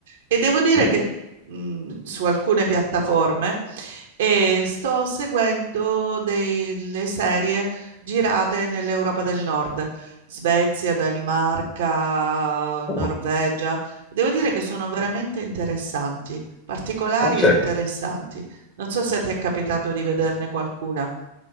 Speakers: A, on the right; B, on the left.
A: E devo dire
B: Mm,
A: che mh, su alcune piattaforme eh, sto seguendo delle serie girate nell'Europa del Nord, Svezia, Danimarca,
B: oh,
A: Norvegia. Devo dire che sono veramente interessanti, particolari
B: ah, sì.
A: e interessanti. Non so se ti è capitato di vederne qualcuna.